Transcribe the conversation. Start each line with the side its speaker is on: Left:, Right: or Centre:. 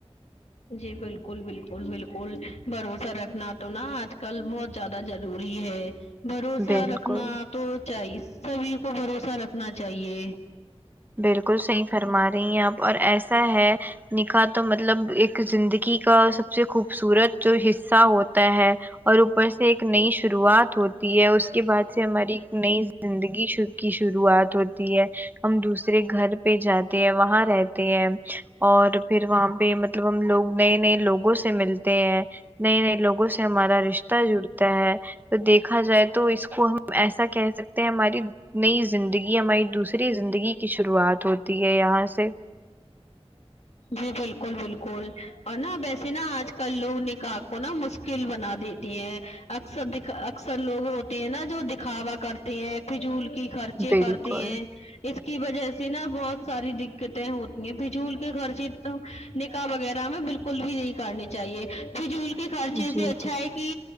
Left: جی بالکل بالکل بالکل بھروسہ رکھنا تو نہ آج کل بہت زیادہ ضروری ہے بھروسہ
Right: بالکل
Left: رکھنا تو چاہیے سبھی کو بھروسہ رکھنا چاہیے
Right: بالکل صحیح فرما رہی ہیں آپ اور ایسا ہے نکھاح تو مطلب ایک زندگی کا سب سے خوبصورت جو حصہ ہوتا ہے اور اوپر سے ایک نئی شروعات ہوتی ہے اس کے بعد سے ہماری نئی زندگی شروع کی شروعات ہوتی ہے ہم دوسرے گھر پہ جاتے ہیں وہاں رہتے ہیں اور پھر وہاں پہ مط ہم لوگ نئے نئے لوگوں سے ملتے ہیں نئے نئے لوگوں سے ہمارا رشتہ جڑتا ہے تو دیکھا جائے تو اس کو ہم ایسا کہہ سکتے ہیں ہماری نئی زندگی ہماری دوسری زندگی کی شروعات ہوتی ہے یہاں سے
Left: جی بالکل بالکل اور نا ویسیے نا آج کل لوگ نکاح کو نا مشکل بنا دی اکثر د اکثر لوگ ہوتے ہیں نا جو دکھاوا کرتے ہیں فضول کی خرچے
Right: بالکل
Left: کرتی ہیں اس کی وجہ سے نا بہت ساری دقتیں ہوتی ہیں فجول خرچے تو نکاح وغیرہ میں بالکل بھی نہیں کرنی چاہیے فجول کے خرچے
Right: جی
Left: سے اچھا ہے کہ